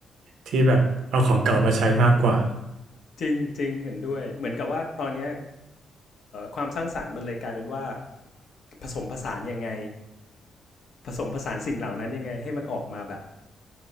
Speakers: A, on the right (about 85°); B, on the left (about 55°).
A: ที่แบบเอาของเก่ามาใช้มากกว่า
B: จริงจริงเห็นด้วยเหมือนกับว่าตอนนี้ความสร้างสรรค์มันเลยกลายเป็นว่าผสมผสานยังไงผสมผสานสิ่งเหล่านั้นยังไงให้มันออกมาแบบ